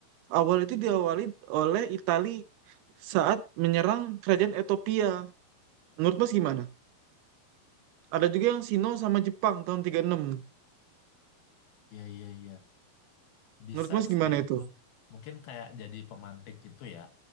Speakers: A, on the right; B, on the left.
A: awal itu diawali oleh Itali saat menyerang kerajaan Ethiopia. Menurut Mas gimana? Ada juga yang Sino sama Jepang tahun 36.
B: ya, ya, ya. Bisa
A: Menurut Mas
B: sih
A: gimana
B: itu.
A: itu?
B: Mungkin kayak jadi pemantik gitu ya.